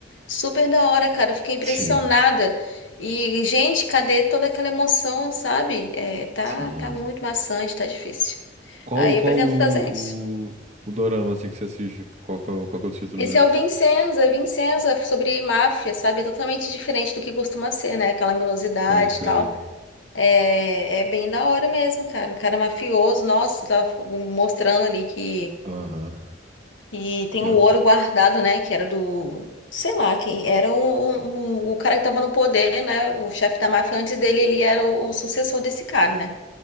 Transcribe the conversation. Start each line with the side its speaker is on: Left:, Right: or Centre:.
Left: Super da hora, cara. Eu fiquei impressionada.
Right: Sim,
Left: E, gente, cadê toda aquela emoção, sabe? É, tá,
Right: sim.
Left: tá muito maçante, tá difícil.
Right: Qual,
Left: Aí
Right: qual
Left: eu pretendo
Right: o,
Left: fazer isso.
Right: o, o dorama, assim, que você assiste? Qual, qual, qual que é o título
Left: Esse
Right: dele?
Left: é o Vincenzo, é Vincenzo, é sobre máfia, sabe? É totalmente diferente do que costuma ser, né? Aquela melosidade
Right: Pode crer.
Left: e tal. É, é bem da hora mesmo, cara. O cara mafioso, nossa, tá mostrando ali que
Right: Aham.
Left: E tem
Right: Pior
Left: o ouro
Right: que...
Left: guardado, né? Que era do. Sei lá, quem era o, o, o cara que tava no poder, né? O chefe da máfia antes dele, ele era o, o sucessor desse cara, né?